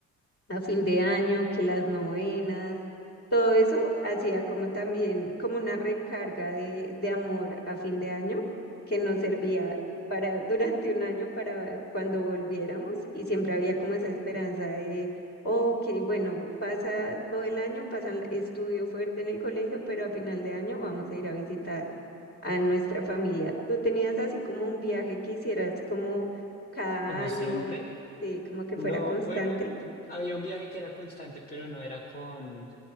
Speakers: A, on the left (about 50°); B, on the left (about 30°).
A: a fin de año, que las novenas, todo eso hacía como también, como una recarga de, de amor a fin de año que nos servía para <laughs> durante un año para cuando volviéramos y siempre había como esa esperanza de, ok, bueno, pasa todo el año, pasan estudio fuerte en el colegio, pero a final de año vamos a ir a visitar a nuestra familia. ¿Tú tenías así como un viaje que hicieras como cada
B: Como
A: año,
B: siempre,
A: sí, como que
B: no,
A: fuera constante?
B: bueno, había un viaje que era constante, pero no era con,